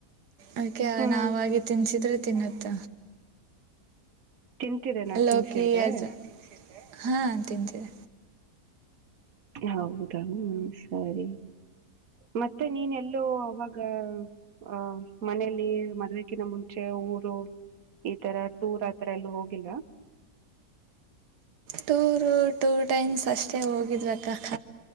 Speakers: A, on the right (about 80°); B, on the right (about 60°).
A: ಅದಕ್ಕೆ
B: ಹ್ಮ್
A: ನಾವಾಗಿ ತಿನ್ಸಿದ್ರೆ ತಿನ್ನುತ್ತ
B: ತಿಂತಿದ್ದೇನಾ
A: ಲೋಕಿ
B: ತಿನ್ಸಿದ್ರೆ
A: ಅದು ಹಾ ತಿಂತಿದೆ
B: ಹೌದಾ ಹ ಸರಿ ಮತ್ತೆ ನೀನೆ ಎಲ್ಲೋ ಅವಾಗ ಹಹ ಮನೇೆಯಲ್ಲಿ ಮರ್ವಕ್ಕಿನ ಮುಂಚೆ ಊರು ಈ ತರ ಟೂರ್ ಆತ್ರ ಎಲ್ಲ ಹೋಗಿಲ್ಲ
A: ಟೂರು ಟೂ ಟೈಮ್ಸ್ ಅಷ್ಟೇ ಹೋಗಿದ್ಬೇಕ